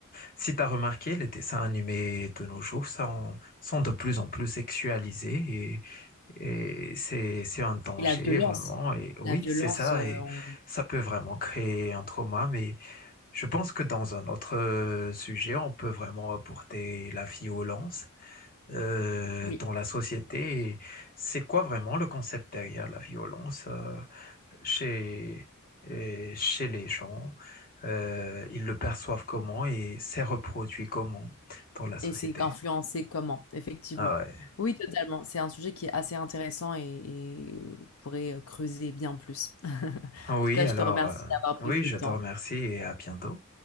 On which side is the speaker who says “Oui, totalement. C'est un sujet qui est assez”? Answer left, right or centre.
Left